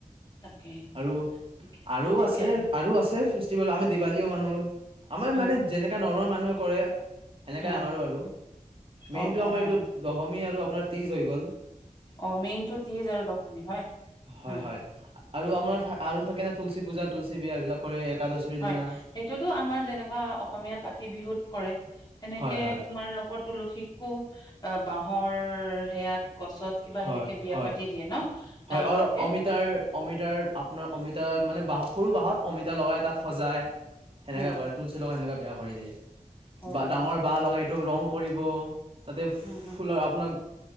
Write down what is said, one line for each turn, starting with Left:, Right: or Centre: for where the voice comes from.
Left: তাকে
Right: আৰু
Left: ঠিকে
Right: আৰু
Left: ঠিকে
Right: আছে আৰু আছে ফেষ্টিভেল আমি দিৱালীও মানুহ আমাৰ
Left: উম
Right: মানে যেনেকা নৰ্মেল মানুহ কৰে সেনেকা
Left: উম
Right: আমাৰো আৰু মেইনটো
Left: অ অ
Right: আমাৰ এইটো
Left: অ
Right: দশ আৰু আপোনাৰ তীজ হৈ গ'ল
Left: অ মেইনটো তিজ আৰু দশমি হয়
Right: হয়
Left: উম
Right: হয় আৰু আমাৰ আৰু থাকে ন তুলসী পূজা তুলসী বিয়া এই বিলাক কৰে একাদশীৰ
Left: হয়
Right: দিনা
Left: সেইটোতো আমাৰ যেনেকুৱা অসমীয়া কাতি বিহুত কৰে সেনেকে
Right: হয় হয়
Left: তোমাৰ লগত তুলসীকো বাঁহৰ সেয়াত গছত কিবা
Right: হয়,
Left: সেনেকে বিয়া
Right: হয়।
Left: পাতি দিয়ে ন ডাঙৰকে
Right: হয় আৰু অমিতাৰ অমিতাৰ আপোনাৰ অমিতা মানে বাঁহত সৰু বাঁহত অমিতা লগাই তাক সজায় সেনেকা
Left: উম
Right: কৰে, তুলচি লগাই সেনেকা বিয়া কৰি দিয়ে।
Left: অ
Right: বা
Left: অ
Right: ডাঙৰ
Left: অ
Right: বাঁহ লগা সেইটোক ৰং কৰিব তাতে
Left: উম হম
Right: ফুলৰ আপোনাৰ